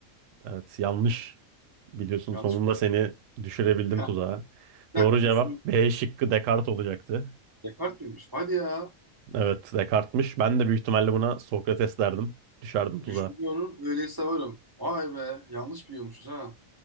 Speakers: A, on the right; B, on the right.
A: Evet yanlış. Biliyorsun
B: Yanlış
A: sonunda
B: mı?
A: seni
B: <laughs>
A: düşürebildim
B: Ha,
A: tuzağa.
B: Bir
A: Doğru
B: dakika
A: cevap
B: düşün.
A: B şıkkı Descartes olacaktı.
B: Descartes miymiş? Hadi ya.
A: Evet, Descartes'miş. Ben de büyük ihtimalle buna Sokrates derdim. Düşerdim tuzağa.
B: Düşünüyorum öyleyse varım. Vay be yanlış biliyormuşuz ha.